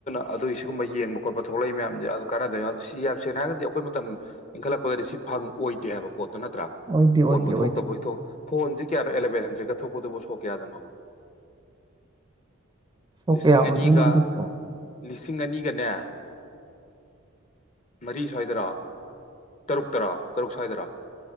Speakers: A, on the left (about 30°); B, on the right (about 20°).
A: ꯑꯗꯨꯏ ꯁꯤꯒꯨꯝꯕ ꯌꯦꯡꯕ ꯈꯣꯠꯄ ꯊꯣꯛꯂꯛꯏ ꯃꯌꯥꯁꯦ ꯑꯗꯣ ꯀꯥꯟꯅꯗꯣꯏꯅꯤ ꯑꯗꯨ ꯁꯤ ꯌꯥꯝ ꯁꯦꯡꯅ ꯍꯥꯏꯔꯒꯗꯤ ꯑꯩꯈꯣꯏ ꯃꯇꯝ ꯏꯟꯈꯠꯂꯛꯄꯗꯗꯤ ꯁꯤ ꯐꯪ ꯑꯣꯏꯗꯦ ꯍꯥꯏꯕ ꯄꯣꯠꯇꯨ ꯅꯠꯇ꯭ꯔꯥ
B: ꯑꯣꯏꯗꯦ ꯑꯣꯏꯗꯦ
A: ꯍꯣꯟꯕ
B: ꯑꯣꯏꯗꯦ
A: ꯊꯣꯛꯇꯕꯣꯏ ꯐꯣꯟꯁꯤ ꯀꯌꯥꯅꯣ ꯑꯦꯂꯚꯦꯟ ꯍꯟꯗ꯭ꯔꯦꯗꯀ ꯊꯣꯛꯄꯗꯨꯕꯨ ꯁꯣꯛ ꯀꯌꯥꯗꯅꯣ
B: ꯁꯣꯛ
A: ꯂꯤꯁꯤꯡ
B: ꯀꯌꯥ ꯑꯣꯏꯗꯣꯏꯅꯣ
A: ꯑꯅꯤꯒ
B: ꯑꯗꯨꯕꯣ
A: ꯂꯤꯁꯤꯡ ꯑꯅꯤꯒꯅꯦ ꯃꯔꯤ ꯁ꯭ꯋꯥꯏꯗꯔꯣ ꯇꯔꯨꯛ ꯇꯔꯣ ꯇꯔꯨꯛ ꯁꯋꯥꯏꯗꯔꯣ